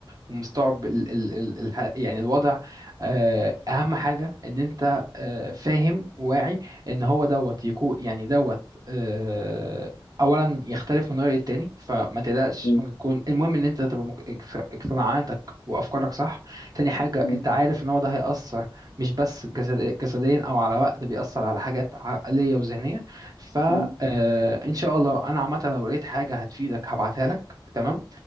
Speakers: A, on the right; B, on the left.
A: ومستوعب ال ال ال الح- يعني الوضع آه، اهم حاجه ان انت آه، فاهم وواعي ان هو دوت يكون يعني دوت آه، اولا يختلف من رأي التاني فما تقلقش
B: م-
A: ممكن يكون المهم ان انت تبقى مك- اقت- اقتناعاتك وافكارك صح تاني حاجه
B: م-
A: انت عارف ان هو ده هيأثر مش بس جسد- جسديا او على وقت بيأثر على حاجات عقليه وذهنيه فإن
B: م-
A: شاء الله أنا عامة لو لقيت حاجة هتفيدك هبعتها لك تمام